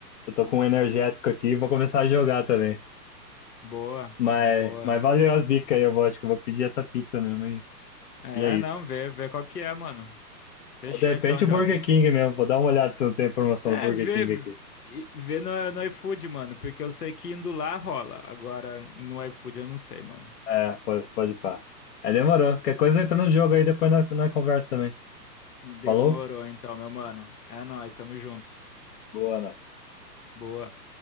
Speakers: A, on the left; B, on the left.
A: eu tô com um energético aqui e vou começar a jogar também.
B: Boa,
A: Mas,
B: boa.
A: mas valeu as dicas aí, eu vou, acho que eu vou pedir essa pizza mesmo e,
B: É,
A: e é isso.
B: não, vê, vê qual que é, mano. Fechou
A: Ou de repente
B: então, Jota.
A: o Burger King mesmo, vou dar uma olhada se não tem a promoção
B: É,
A: do Burger
B: vê,
A: King aqui.
B: vê no, no iFood, mano, porque eu sei que indo lá rola. Agora, no iFood eu não sei, mano.
A: É, pode, pode pá. Aí demorou. Qualquer coisa entra no jogo aí, depois na, na conversa também.
B: Demorou
A: Falou?
B: então, meu mano. É nóis, tamo junto.
A: Boa, né?
B: Boa.